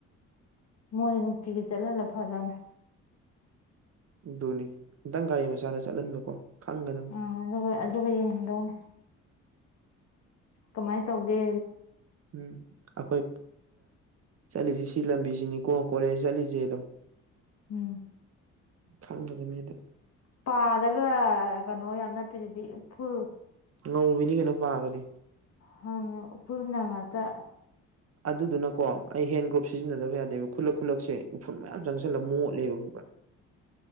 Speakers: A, on the left; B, on the right.
A: ꯃꯣꯏ ꯅꯨꯡꯇꯤꯒꯤ ꯆꯠꯍꯜꯂ ꯐꯗ
B: ꯑꯗꯨꯅꯤ ꯑꯝꯇꯪ ꯒꯥꯔꯤ ꯃꯆꯥꯗ ꯆꯠꯍꯟꯕꯀꯣ ꯈꯪꯒꯗ
A: ꯑ ꯑꯗꯨꯒ ꯑꯗꯨꯒ ꯌꯦꯡꯍꯟꯗꯧꯅꯦ ꯀꯃꯥꯏꯅ ꯇꯧꯒꯦ
B: ꯎꯝ ꯑꯩꯈꯣꯏ ꯆꯠꯂꯤꯁꯦ ꯁꯤ ꯂꯝꯕꯤꯁꯤꯅꯤꯀꯣ ꯀꯣꯂꯦꯖ ꯆꯠꯂꯤꯁꯦ ꯑꯗꯣ
A: ꯎꯝ
B: ꯈꯪꯕꯗ ꯃꯤꯗ
A: ꯄꯥꯗꯒ ꯀꯩꯅꯣ ꯌꯥꯝ ꯅꯞꯄꯤꯤꯁꯤꯗꯤ ꯎꯐꯨꯜ
B: ꯉꯧꯕꯤꯅꯤ ꯀꯩꯅꯣ ꯄꯥꯒꯗꯤ
A: ꯍꯅ ꯎꯄꯨꯅ ꯉꯥꯛꯇ
B: ꯑꯗꯨꯗꯨꯅꯀꯣ ꯑꯩ ꯍꯦꯟ ꯒ꯭ꯔꯣꯞ ꯁꯤꯖꯤꯟꯅꯗꯕ ꯌꯥꯗꯦꯕ ꯈꯨꯜꯂꯛ ꯈꯨꯠꯂꯛꯁꯦ ꯎꯐꯨꯟ ꯃꯌꯥꯝ ꯆꯪꯁꯜꯂꯒ ꯃꯣꯠꯂꯦꯕ ꯈꯪꯕ꯭ꯔꯥ <inaudible>